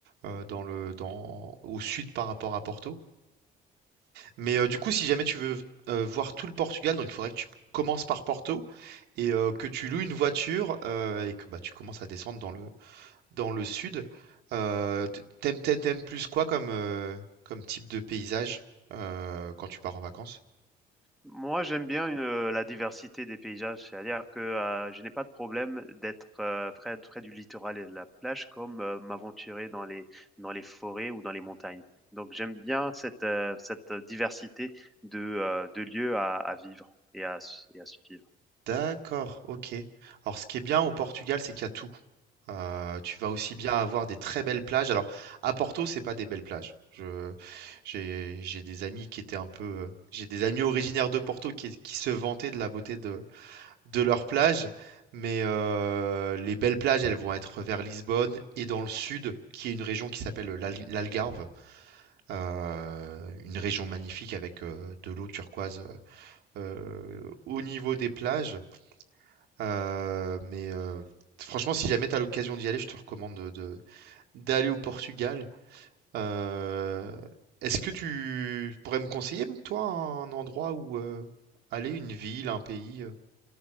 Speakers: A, on the right (about 80°); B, in the centre.
A: euh, dans le, dans, au sud par rapport à Porto. Mais euh, du coup, si jamais tu veux euh, voir tout le Portugal, donc il faudrait que tu commences par Porto et euh, que tu loues une voiture euh, et que bah, tu commences à descendre dans le, dans le sud. Euh, t- t'aimes, t'aimes- t'aimes plus quoi comme, euh, comme type de paysage euh, quand tu pars en vacances?
B: Moi, j'aime bien une, euh, la diversité des paysages, c'est-à-dire que euh, je n'ai pas de problème d'être euh, près, près du littoral et de la plage comme euh, m'aventurer dans les, dans les forêts ou dans les montagnes. Donc, j'aime bien cette, euh, cette diversité de, euh, de lieux à, à vivre et à, su- et à suivre.
A: D'accord, OK. Alors ce qui est bien au Portugal, c'est qu'il y a tout. Euh, tu vas aussi bien avoir des très belles plages. Alors à Porto, c'est pas des belles plages. Je, j'ai, j'ai des amis qui étaient un peu, euh, j'ai des amis originaires de Porto qui, qui se vantaient de la beauté de, de leurs plages, mais euh, les belles plages, elles vont être vers Lisbonne et dans le sud, qui est une région qui s'appelle l'Al- l'Algarve, euh, une région magnifique avec euh, de l'eau turquoise euh, au niveau des plages. Euh, mais euh, franchement, si jamais tu as l'occasion d'y aller, je te recommande de, de- d'aller au Portugal. Euh, est-ce que tu pourrais me conseiller, toi, un endroit où euh, aller, une ville, un pays euh,